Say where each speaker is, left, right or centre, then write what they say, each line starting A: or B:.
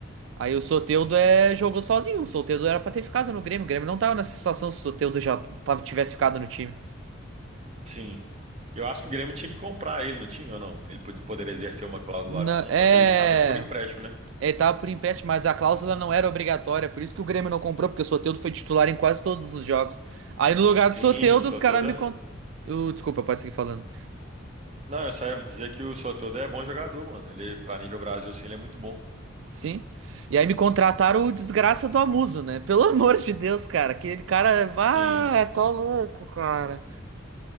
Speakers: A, on the right (about 70°); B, on the right (about 35°).
A: Aí o Soteldo é, jogou sozinho. O Soteldo era pra ter ficado no Grêmio. O Grêmio não tava nessa situação se o Soteldo já tava, tivesse ficado no time.
B: sim. Eu acho que o Grêmio tinha que comprar ele, não tinha ou não? Ele pod- poderia exercer uma cláusula
A: Na-
B: de compra,
A: é.
B: que ele tava por empréstimo, né?
A: Ele tava por empréstimo, mas a cláusula não era obrigatória. Por isso que o Grêmio não comprou, porque o Soteldo foi titular em quase todos os jogos. Aí no lugar
B: Sim,
A: do Soteldo,
B: o Soteldo
A: os caras me.
B: é...
A: con- Uh, desculpa, pode seguir falando.
B: Não, eu só ia dizer que o Soteldo é bom jogador, mano. Ele, pra nível Brasil, sim, ele é muito bom.
A: Sim. E aí me contrataram o desgraça do Amuso, né? Pelo <laughs> amor de Deus, cara. Aquele cara. Ah,
B: Sim,
A: tô louco, cara.